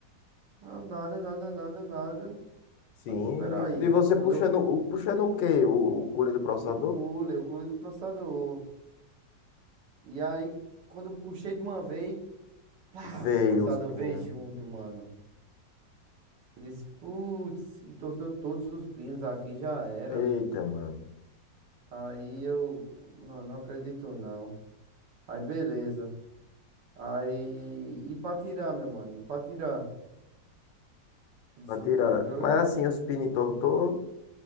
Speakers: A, on the right; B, on the left.
A: Aí eu nada, nada, nada, nada.
B: Sim,
A: Aí Eu disse, peraí,
B: e você
A: quando
B: puxando,
A: eu,
B: o- puxando o quê? O, o colher do processador?
A: o cooler, o cooler do processador. E aí, quando eu puxei de uma vez, pá,
B: Veio
A: o processador
B: os pinos.
A: veio junto, mano. Eu disse, putz, entortou todos os pinos aqui, já era.
B: Eita, mano.
A: Aí eu, não, não acredito não. Aí beleza. Aí, e pra tirar, meu mano, e pra tirar. Eu disse,
B: Pra tirar.
A: "Não tô- Agora,
B: Mas assim, os pinos entortou.